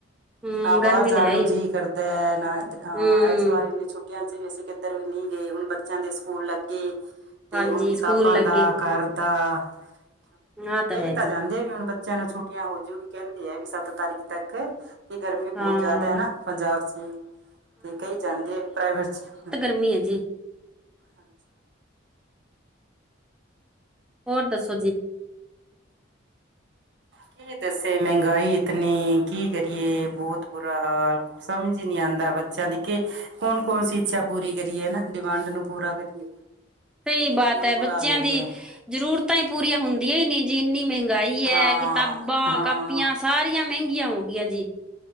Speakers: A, in the centre; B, on the right (about 60°).
A: ਹਮ
B: ਨਾ ਬਾਹਰ
A: ਗਰਮੀ
B: ਜਾਣ
A: ਤਾਂ ਹੈ
B: ਨੂੰ
A: ਹੀ
B: ਜੀਅ ਕਰਦਾ ਨਾ ਹਾਂ
A: ਹਮ
B: ਇਸ ਵਾਰ ਇਨੀ ਛੁੱ ਛੁੱਟੀਆਂ ਚ ਵੀ ਕਿੱਧਰ ਵੀ ਨਹੀਂ ਗਏ ਹੁਣ ਬੱਚਿਆਂ ਦੇ ਸਕੂਲ ਲੱਗੇ। ਤੇ
A: ਹਾਂਜੀ
B: ਹੁਣ ਕਿਤਾਬਾਂ
A: ਸਕੂਲ ਲੱਗੇ
B: ਦਾ, ਘਰ ਦਾ। ਹਾਂ
A: ਆਹ
B: ਕਈ
A: ਹੈ ਜੀ
B: ਤਾਂ ਜਾਂਦੇ ਆ ਵੀ ਹੁਣ ਬੱਚਿਆਂ ਨੂੰ ਛੁੱਟੀਆਂ ਹੋਜੂਗੀ ਕਹਿੰਦੇ ਆ ਵੀ ਸੱਤ ਤਾਰੀਖ ਤੱਕ। ਕਿ ਗਰਮੀ ਬਹੁਤ
A: ਹਾਂ
B: ਜ਼ਿਆਦਾ ਹੈ ਨਾ ਪੰਜਾਬ ਚ ਹੀ ਤੇ, ਕਈ ਜਾਂਦੇ ਆ ਵੀ ਪ੍ਰਾਈਵੇਟ ਚ ਹ
A: ਮੰਮੀ ਹੈ ਜੀ।
B: ਹਾਂਜੀ।
A: ਹੋਰ ਦੱਸੋ ਜੀ।
B: ਕੀ ਦੱਸੇ ਮਹਿੰਗਾਈ ਇਤਨੀ, ਕੀ ਕਰੀਏ ਬਹੁਤ ਬੁਰਾ ਹਾਲ। ਸਮਝ ਹੀ ਨਹੀਂ ਆਉਂਦਾ ਬੱਚਿਆਂ ਦੀ ਕਿ ਕੌਣ ਕੌਣ ਸੀ ਇੱਛਾ ਪੂਰੀ ਕਰੀਏ ਨਾ ਡਿਮਾਂਡ ਨੂੰ ਪੂਰਾ ਕਰੀਏ
A: ਸਹੀ ਬਾਤ
B: ਬਹੁਤ
A: ਹੈ
B: ਬੁਰਾ
A: ਬੱਚਿਆਂ
B: ਹਾਲ ਹੋਇਆ
A: ਦੀ।
B: ਪਿਆ
A: ਜ਼ਰੂਰਤਾਂ ਹੀ ਪੂਰੀਆਂ ਹੁੰਦੀਆਂ ਹੀ ਨਹੀਂ ਜੀ ਇੰਨੀ ਮਹਿੰਗਾਈ ਹੈ
B: ਹਾਂ
A: ਕਿਤਾਬਾਂ
B: ਹਾਂ
A: ਕ ਪੀਆਂ ਸਾਰੀਆਂ ਮਹਿੰਗੀਆਂ ਹੋ ਗਈਆ ਜੀ।